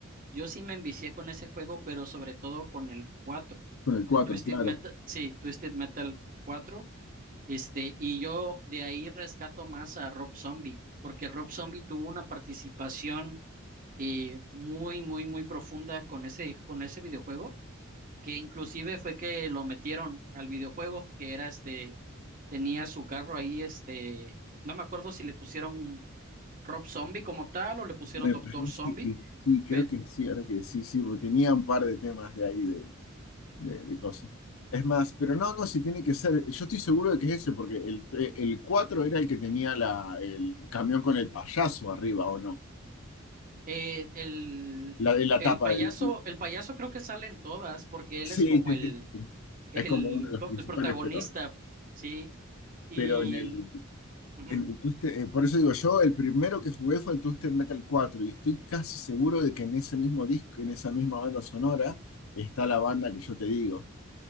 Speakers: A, on the right; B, on the left.
A: yo sí me envicié con ese juego, pero sobre todo con el cuatro
B: Con el cuatro
A: El Twisted
B: claro.
A: Metal, sí, Twisted Metal cuatro Este, y yo de ahí rescato más a Rob Zombie, porque Rob Zombie tuvo una participación eh, muy, muy, muy profunda con ese, con ese videojuego. que inclusive fue que lo metieron al videojuego, que era este, tenía su carro ahí, este, no me acuerdo si le pusieron Rob Zombie como tal o le pusieron
B: Me
A: Doctor
B: parece
A: Zombie,
B: que sí, creo
A: pero
B: que sí, ahora que sí, sí, porque tenía un par de temas de ahí de, de, de cosas. Es más, pero no, no, si tiene que ser, yo estoy seguro de que es ese, porque el, eh, el 4 era el que tenía la, el camión con el payaso arriba, ¿o no?
A: eh, el,
B: La de la
A: el
B: tapa
A: payaso,
B: del...
A: el payaso creo que sale en todas, porque
B: Sí,
A: él es como
B: sí,
A: el,
B: sí, sí.
A: el,
B: Es como uno de los
A: co-
B: principales,
A: el protagonista,
B: pero,
A: ¿sí? Y
B: pero en el,
A: ujú.
B: en el Twisted- eh, por eso digo yo, el primero que jugué fue el Twisted Metal cuatro y estoy casi seguro de que en ese mismo disco, en esa misma banda sonora, está la banda que yo te digo.